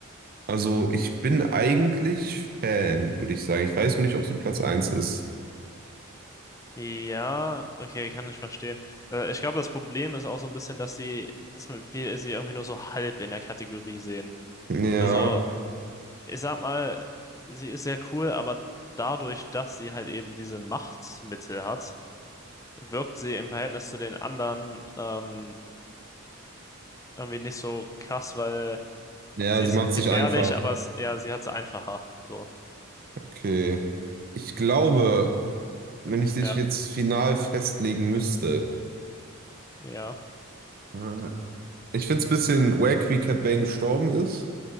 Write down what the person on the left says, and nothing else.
ja, okay, kann ich verstehen. Äh, ich glaube, das Problem ist auch so ein bisschen, dass sie, dass wir sie irgendwie nur so halb in der Kategorie sehen.
Also, ich sag mal, sie ist sehr cool, aber dadurch, dass sie halt eben diese Machtmittel hat, wirkt sie im Verhältnis zu den anderen, ähm, irgendwie nicht so krass, weil
sie
ist
halt
gefährlich,
aber es, ja, sie hat es einfacher. So.
ähm,
Ja,
ja.